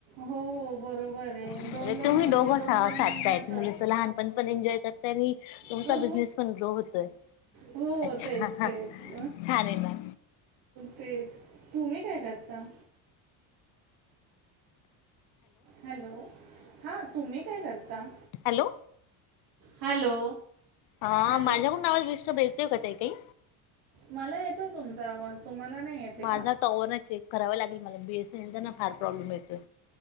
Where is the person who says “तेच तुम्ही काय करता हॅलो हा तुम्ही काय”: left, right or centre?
Right